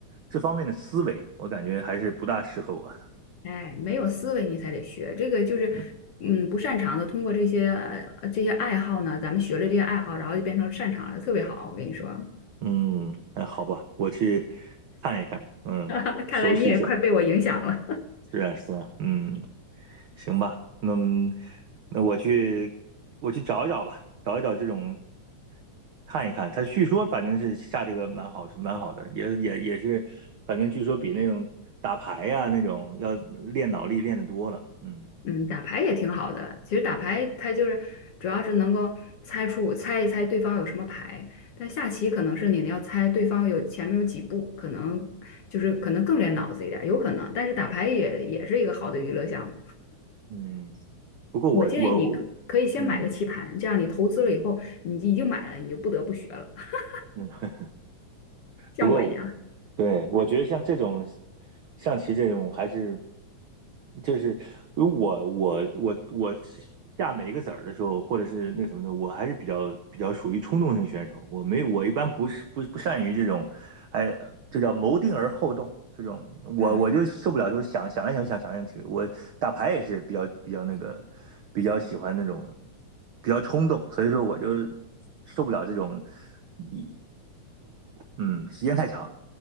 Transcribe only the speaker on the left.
哎，没有思维你才得学，这个就是，
嗯，不擅长的，通过这些呃这些爱好呢，咱们学了这些爱好，然后就变成擅长了，特别好。我跟你说，
<laughs> 看来你也快被我影响了。
<laughs> 嗯，打牌也挺好的，其实打牌它就是主要是能够猜出猜一猜对方有什么牌，但下棋可能是你要猜对方有前面有几步，可能就是可能更练脑子一点儿有可能。但是打牌也也是一个好的娱乐项目。
我建议你可可以先买个棋盘，
这样你投资了以后，你已经买了，你就不得不学了，<laughs>
像我一样。
<laughs>